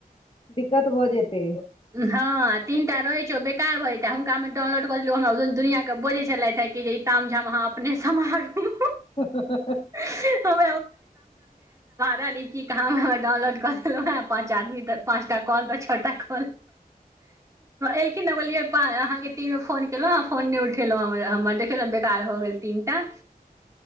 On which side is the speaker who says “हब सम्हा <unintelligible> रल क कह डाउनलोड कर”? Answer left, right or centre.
Right